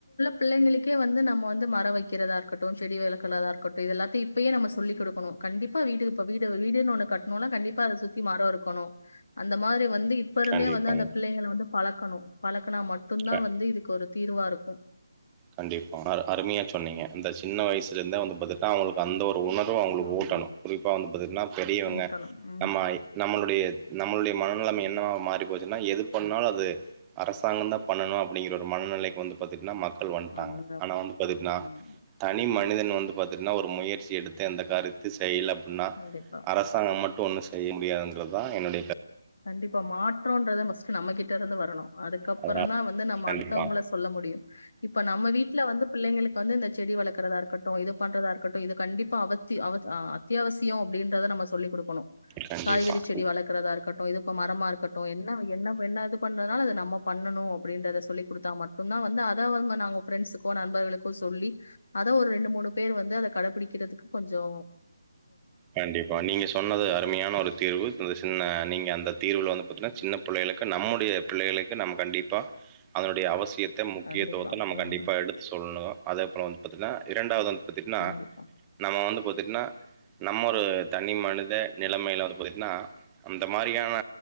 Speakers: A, on the left (about 65°); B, on the right (about 20°).
A: பிள்ளைங்களுகே வந்து நம்ம வந்து மர வெக்கிறதா இருக்கட்டு செடி வளக்குறதா இருக்கட்டு இதெல்லாத்தையு இப்பயே நம்ம சொல்லி் குடுக்கணு கண்டிப்பா வீட்டுக் இப்ப வீடு வீடுன்ன ஒண்ணு கட்டணுன்னா கண்டிப்பா அத சுத்தி மரோ இருக்கணு அந்த மாரி வந்து இப்ப இருந்தே
B: கண்டிப்பாங்க
A: வந்து அந்த பிள்ளைங்க வந்து பழக்கணு பழக் க்கனா மட்டு
B: கண்டிப்
A: தா வந்து இதுக்கு ஒரு தீர்வா இருக்கு
B: கண்டிப்பா அ அருமையா சொன்னீங்க அந்த சின்ன வயிசுல இருந்த வந்து பாத்துடா அவுங்குளுக்கு அந்த ஒரு அந்த உணர்வு அவுங்குளுக்கு
A: ஆமா
B: ஓட்டணு குறிப்பா வந்து பாத்துட்னா பெரியவங்க
A: ஊட்டணும் உம்
B: நம்மாயி நம்மளுடைய நம்மளுடைய மனநிலமை என்னவா மாறிச்சுனா எது பண்ணாலு அது அரசாங்கா தா பண்ணு அப்டிங்கர மனநிலைக்கு வந்து பாத்துட்னா க்கள் வண்ட்டாங்க
A: அந்த
B: ஆனா
A: மாதிரி
B: வந்து பாத்தீட்னா
A: உம்
B: தனி ம மனிதன் வந்து பாத்தீட்னா ஒரு முயற்சி எடுத்தே இந்த காரியத்தி செய்ல பின்னா
A: கண்டிப்பா
B: அரசாங்க மட் ட்டு ஒண்ணு செய்ய முடியாதுன்றதா என்னுடைய கரு
A: கண்டிப்பா மாற்றோன்றத மஸ்ட் நம்மகிட்ட இருந்து வரணு அதுக்கப்புறந்தா
B: அதனால
A: வந்து நம்ம
B: கண்டிப்பா
A: அடுத்தவங்கள சொல்ல முடியு இப்ப நம்ம வீட்டுல வந்து பிள்ளைங்களுக் இப்ப வந்து இந்த செடி வளக் க்கரதா இருக்கட்டு இது பண்றதாரு க்கட்டு இது கண்டிப்பா அவத்தி ஆ அத்தியாவசியோ அப்டின்றத நம்ம சொல்லிக் குடுக்குணு
B: கண்டிப்பா.
A: காய்கறி செடி வளர்க்கறதா இருக்கட் ட்டு இது இப்ப மரமா இருக்கட்டு என்னவு என்ன என்ன இது பண்ணதுனால அத நம்ம பண்ணணு அப்டின்றத சொல்லி கொடுத்தா மட்டும்தா வந்து அத அவுங்க நாங் ப்ரெண்ட்ஸ்சுகோ நண்பர்களுக்கோ சொல்லி அதா ஒரு ரெண்டு மூணு பேர் வந்து அத கடபிடிக்கிறதுக்கு கொஞ்சோ
B: கண்டிப்பா நீங்க சொன்னது அருமையான ஒரு தீர்வு சின்ன நீங்க அந்த தீர்வு வந்து பாத்தீங்கனா சின்ன பிள்ளைகளுக்கு நம்முடைய பிள்ளைகளுக்கு நம் கண்டிப்பா அதனுடைய அவசியத் த்த முக்கியத்துவத்த
A: கண்டிப்பா.
B: நம்ம கண்டிப்பா
A: ம்.
B: எடுத்து சொல்ணு அதை போல வந்து பாத்தீன்னா இரண்டாவத த்தின்னா
A: கண்டிப்பா.
B: நம்ம வந்து பத் தின்னா நம்ம ஒரு தனி மனித நிலைமையில் வந்து போய்ட்ன்னா அந்த மாதிரியான